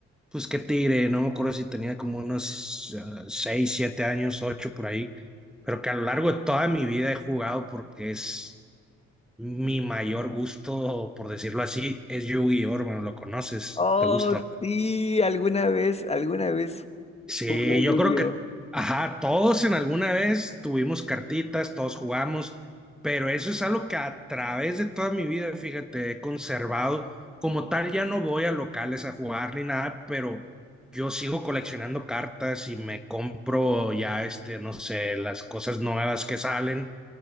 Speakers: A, in the centre; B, on the left.
A: pues qué te diré, no me acuerdo si tenía como unos ah, 6, 7 años, 8 por ahí, pero que a lo largo de toda mi vida he jugado porque es mi mayor gusto, por decirlo así, es Yu-Gi-Oh, hermano, lo conoces,
B: Oh,
A: te gusta.
B: sí, alguna vez, alguna vez
A: Sí,
B: jugué
A: yo
B: Yu-Gi-Oh.
A: creo que, ajá, todos en alguna vez tuvimos cartitas, todos jugamos, pero eso es algo que a través de toda mi vida, fíjate, he conservado. Como tal, ya no voy a locales a jugar ni nada, pero yo sigo coleccionando cartas y me compro ya, este, no sé, las cosas nuevas que salen